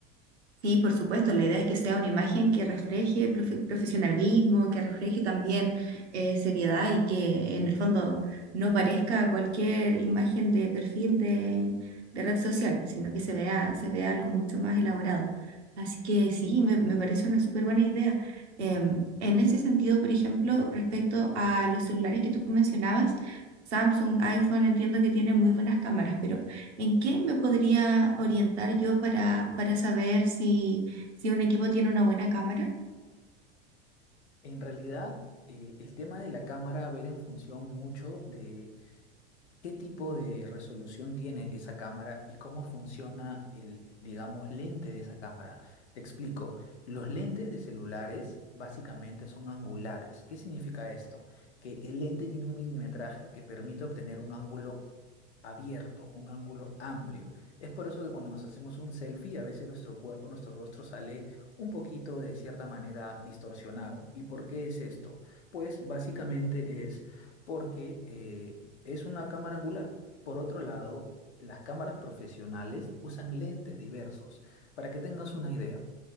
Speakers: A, on the right; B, on the left.
A: Sí, por supuesto, la idea es que sea una imagen que refleje profe- profesionalismo, que refleje también eh, seriedad y que en el fondo no parezca cualquier imagen de perfil de, de red social, sino que se vea, se vea algo mucho más elaborado. Así que sí, me, me parece una súper buena idea. Em, en ese sentido, por ejemplo, respecto a los celulares que tú mencionabas, Samsung, iPhone, entiendo que tienen muy buenas cámaras, pero... ¿En qué me podría orientar yo para, para saber si, si un equipo tiene una buena cámara?
B: En realidad, eh, el tema de la cámara va a ver en función mucho de ¿Qué tipo de resolución tiene esa cámara y cómo funciona el, digamos, lente de esa cámara? Te explico. Los lentes de celulares básicamente son angulares. ¿Qué significa esto? Que el lente tiene un milimetraje que permite obtener un ángulo abierto, un ángulo amplio. Es por eso que cuando nos hacemos un selfie, a veces nuestro cuerpo, nuestro rostro sale un poquito de cierta manera distorsionado. ¿Y por qué es esto? Pues básicamente es porque eh, es una cámara angular. Por otro lado, las cámaras profesionales usan lentes diversos. Para que tengas una idea,